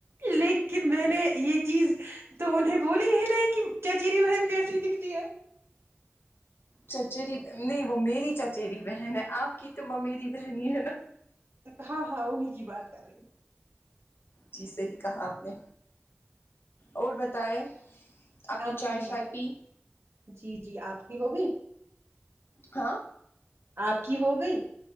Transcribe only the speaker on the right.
لیکن میں نے یہ چیز تو انہیں بولی ہی نہیں کہ چچیری بہن کیسی دکھتی ہے
ہاں ہاں انہیں کی بات کر رہی ہوں
آپ
فرمائے
جی جی آپ کی ہوگئی
آپ کی ہو گئی